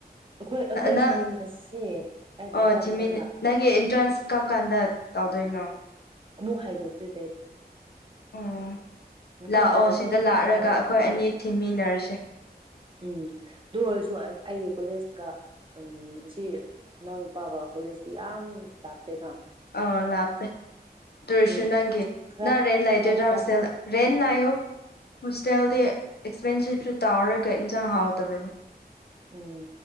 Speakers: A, on the right (about 30°); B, on the left (about 70°).
A: ꯑꯈꯣꯏ ꯑꯈꯣꯏ
B: ꯅꯪ
A: ꯊꯤꯃꯤꯟꯅꯁꯦ ꯑꯩ ꯂꯥꯛꯄ
B: ꯑꯣ ꯊꯤꯃꯤ
A: ꯃꯇꯝꯗ
B: ꯅꯪꯒꯤ ꯑꯤꯟꯇ꯭ꯔꯥꯟꯁ ꯀꯔꯝ ꯀꯥꯟꯗ ꯇꯧꯗꯣꯏꯅꯣ
A: ꯑꯃꯨꯛ ꯍꯥꯏꯗꯣꯛꯇ꯭ꯔꯤ ꯗꯦꯠ
B: ꯑꯣ
A: ꯑꯈꯣꯏ
B: ꯂꯥꯛꯑꯣ
A: ꯍꯥꯏꯗꯣꯛꯄ
B: ꯁꯤꯗ ꯂꯥꯛꯔꯒ
A: ꯂꯑ
B: ꯑꯩꯈꯣꯏ
A: ꯂꯥꯛꯀꯦ
B: ꯑꯅꯤ ꯊꯤꯃꯤꯟꯅꯔꯁꯦ
A: ꯎꯝ ꯑꯗꯨ ꯑꯣꯏꯔꯁꯨ ꯑꯩꯒꯤ ꯀꯣꯂꯦꯖꯀ ꯎꯝ ꯑꯁꯤ ꯏꯅꯥꯎꯅꯨꯄꯥꯒ ꯀꯣꯂꯦꯖꯇꯤ ꯌꯥꯝ ꯎꯝ ꯂꯥꯞꯄꯦꯗ
B: ꯑꯥ ꯂꯥꯛꯞꯄꯦ ꯗꯨ ꯑꯣꯔꯁꯨ
A: ꯑꯗꯨ
B: ꯅꯪꯒꯤ
A: ꯈꯔ
B: ꯅꯪ ꯔꯦꯟ ꯂꯩꯗꯣꯏꯗ꯭ꯔꯥ
A: ꯈꯔ ꯐꯔꯛ
B: ꯍꯣꯁꯦꯜ ꯔꯦꯟ ꯂꯩꯌꯣ ꯍꯣꯁꯇꯦꯜꯗꯤ ꯑꯦꯛꯁꯄꯦꯟꯁꯤꯞꯁꯨ ꯇꯥꯎꯔ ꯀ ꯏꯟꯁꯥꯡ ꯍꯥꯎꯗꯕꯅꯤ
A: ꯎꯝ